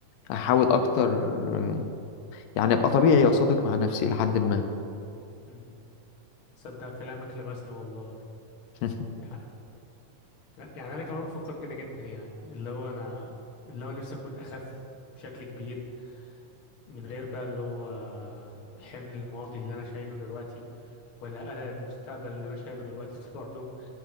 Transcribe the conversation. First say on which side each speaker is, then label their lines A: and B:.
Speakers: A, on the left; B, on the left.
A: احاول اكتر آه، يعني ابقى طبيعي وصادق مع نفسي لحد ما
B: امم تصدق كلامك لمسني والله
A: <laughs>
B: يعني يعني انا كمان بفكر كده جدا يعني اللي هو انا اللي هو نفسي اكون اخف بشكل كبير من غير بقى اللي هو حمل الماضي اللي انا شايله دلوقتي ولا قلق المستقبل اللي انا شايله دلوقتي <laughs> برضه